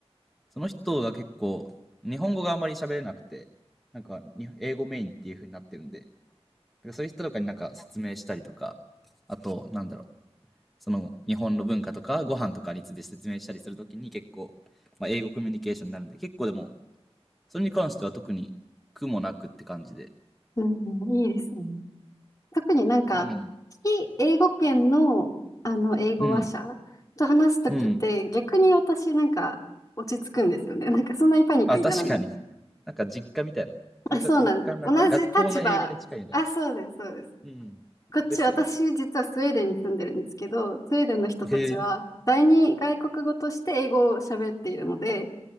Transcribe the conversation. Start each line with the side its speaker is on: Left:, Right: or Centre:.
Centre: その人が結構、日本語があんまり喋れなくて、なんか、英語メインっていう風になってるんで、だからそういう人とかになんか説明したりとか、あと、なんだろう、その日本の文化とかご飯とかについて説明したりするときに結構、まあ、英語コミュニケーションになるんで、結構でも、それに関しては特に苦もなくって感じで。
Left: うんうんいいですね。特になんか、
Centre: でも、
Left: 非英語圏の、あの、英語話者
Centre: うん、
Left: と話すときって、
Centre: うん。
Left: 逆に私なんか落ち着くんですよね。なんかそんなにパニックにならない。
Centre: あ、確かに。なんか実家みたいな。だからちょっと若干なんか学校の英語に近いみたいな。
Left: あ、そうなんです。同じ立場。あ、そうです、そうです。
Centre: うん。
Left: こっち、
Centre: ですよね。
Left: 私実はスウェーデンに住んでるんですけど、スウェーデンの人たちは、
Centre: へえ。
Left: 第二外国語として英語を喋っているので、